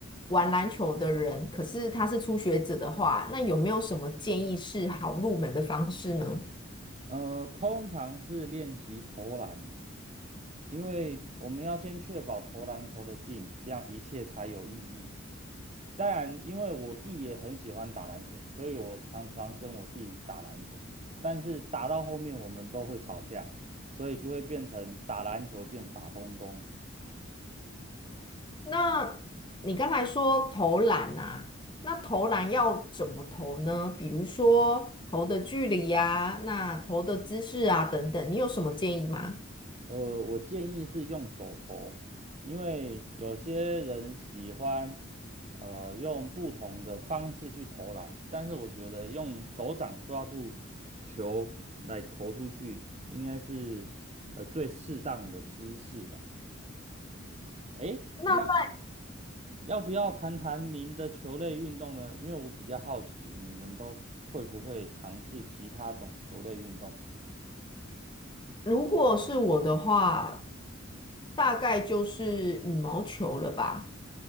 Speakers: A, on the left; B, on the right.
A: 玩篮球的人，可是他是初学者的话，那有没有什么建议是好入门的方式呢？
B: 呃，通常是练习投篮啊，因为我们要先确保投篮投得进，这样一切才有意义。当然，因为我弟也很喜欢打篮球，所以我常常跟我弟打篮球。但是打到后面我们都会吵架，所以就会变成打篮球变打东东。
A: 那你刚才说投篮啊，那投篮要怎么投呢？比如说投的距离呀、那投的姿势啊等等，你有什么建议吗？
B: 呃，我建议是用手投，因为有些人喜欢呃用不同的方式去投篮，但是我觉得用手掌抓住球来投出去，应该是呃最适当的姿势啦。诶，
A: 那在
B: 那要不要谈谈您的球类运动呢？因为我比较好奇，你们都会不会尝试其他种球类运动？
A: 如果是我的话，大概就是羽毛球了吧，